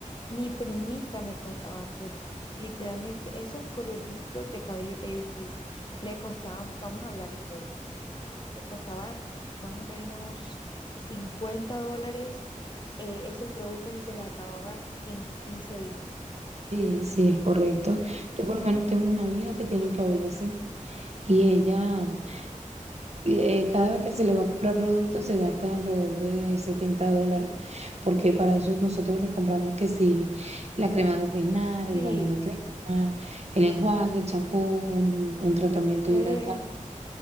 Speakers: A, on the left; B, on the right.
A: Mi primita me contaba que literalmente esos productos de cabello que ella utiliza le costaban, vamos a hablar en dólares. le costaba más o menos 50 dólares eh, esos productos y se les acababan en 15 días.
B: Sí, sí, es correcto.
A: Tú sabes.
B: Yo por lo menos tengo una hija que tiene el cabello así y ella eh, cada vez que se le va a comprar productos se gasta alrededor de setenta dólares porque para eso nosotros le compramos que sí, la crema de peinar, el
A: Sí,
B: baño de crema, el enjuague, el champú, un, un tratamiento
A: gel,
B: hidratante